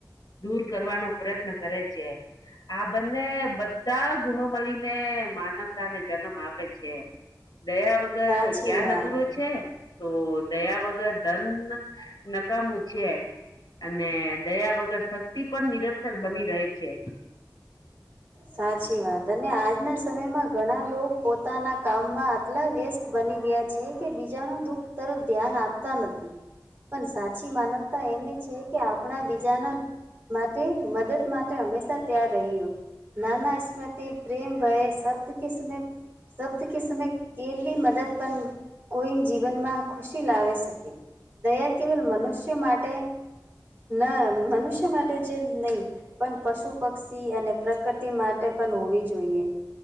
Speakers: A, on the left; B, on the right.
A: દૂર કરવાનો પ્રયત્ન કરે છે. આ બંને બધા ગુણો મળીને માનવતા ને જન્મ આપે છે. દયા વગર
B: સાચી
A: જ્ઞાન
B: વાત
A: અધૂરો છે તો દયા વગર ધન નકામું છે અને દયા વગર શક્તિ પણ નિરંતર બની રહે છે.
B: સાચી વાત અને આજના સમયમાં ઘણા લોકો પોતાના કામમાં આટલા વ્ય તરફ ધ્યાન આપતા નથી. પણ સાચી માનવતા એમ છે કે આપણા બીજાના માટે મદદ માટે હંમેશા ત્યાાર રહ્યું નાાના સ્મૃતિ પ્રેમ ભય શબ્દ કે સમય શબ્દ કે સમય કેલી મદદ પણન કોઈ જીવનમાં ખુશી લાવે શકે દયા કેવલ મનુષ્ય માટે ન મનુષ્ય માટે જે નહી પણ પશુ પક્ષી અને પ્રકૃતિ માટે પણ હોવી જોઈએ.